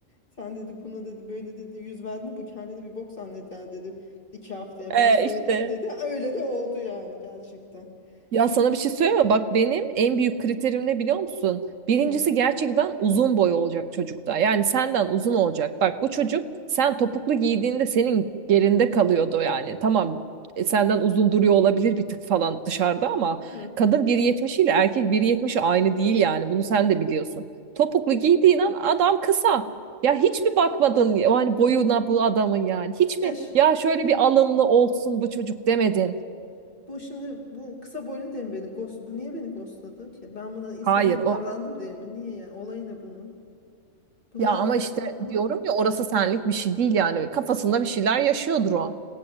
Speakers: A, on the left; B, on the right.
A: Sen dedi buna dedi böyle dedi yüz verdin mi bu kendini bir bok zanneder dedi. iki haftaya
B: Ee,
A: ben söyleyeyim
B: işte.
A: dedi. Öyle de oldu yani gerçekten.
B: Ya
A: Şimdi
B: sana
A: bu...
B: bir şey söyleyeyim mi? Bak benim en büyük kriterim ne biliyor musun? Birincisi
A: Hı,
B: gerçekten uzun boy olacak çocukta. Yani senden uzun olacak. Bak bu çocuk sen topuklu giydiğinde senin gerinde kalıyordu yani. Tamam e, senden uzun duruyor olabilir bir tık falan dışarıda ama
A: hı,
B: kadın
A: hı.
B: bir yetmiş ile erkek bir yetmiş aynı değil yani. Bunu sen de biliyorsun. Topuklu giydiğin an adam kısa. Ya hiç mi bakmadın yani boyuna bu adamın yani? Hiç
A: Ya
B: mi ya şöyle bir alımlı olsun bu çocuk demedin?
A: Bu şimdi bu kısa boylu diye mi beni ghost bu niye beni ghostladı ki? Ben buna insan
B: Hayır,
A: gibi davrandım
B: o
A: diye mi? Niye yani? Olayı ne bunun? Bunlar
B: Ya ama işte
A: ben anlamadım.
B: diyorum ya orası senlik bir şey değil yani. Kafasında bir şeyler yaşıyordur o.